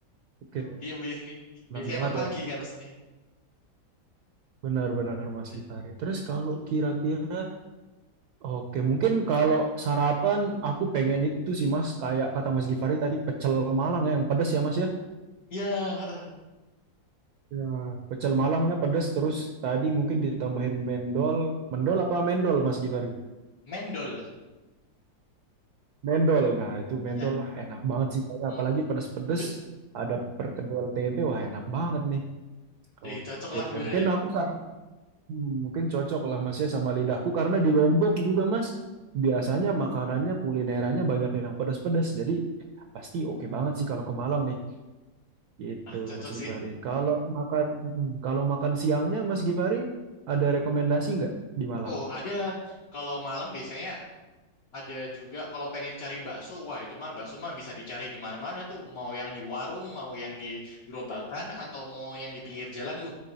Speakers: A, on the right (about 70°); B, on the left (about 55°).
A: Oke,
B: Iya, Yang biasanya,
A: enak
B: biasanya
A: banget
B: emang pagi
A: ya.
B: kan maksudnya.
A: Benar-benar Mas
B: Eh,
A: Gifari. Terus kalau kira-kira, oke mungkin kalau sarapan aku pengen itu sih Mas, kayak kata Mas Gifari tadi pecel Malang ya, yang pedas ya Mas ya.
B: Iya, heeh.
A: Ya, Pecel Malangnya pedas, terus tadi mungkin ditambahin mendol. Mendol apa mendol Mas Gifari?
B: mendol.
A: Mendol. Nah itu
B: Iya.
A: mendol, wah enak banget sih kayaknya.
B: Hmm.
A: Apalagi pedas-pedas,
B: <laughs>
A: ada perkedel tempe, wah enak banget nih. Oke,
B: Eh, cocok lah, Wir.
A: mungkin aku saran Hmm, mungkin cocok lah mas ya sama lidahku karena di Lombok juga mas
B: Hmm.
A: biasanya makanannya kulinerannya banyak yang pedas-pedas jadi pasti oke banget sih kalau
B: hmm.
A: ke Malang nih gitu
B: Ah, cocok
A: Mas
B: sih.
A: Gifari. Kalau makan mm, kalau makan siangnya Mas Gifari ada rekomendasi nggak di Malang?
B: Oh, ada. Kalau Malang biasanya Ada juga kalau pengen cari bakso, wah itu mah bakso mah bisa dicari di mana-mana tuh. Mau yang di warung, mau yang di gerobakan, atau mau yang di pinggir jalan, uh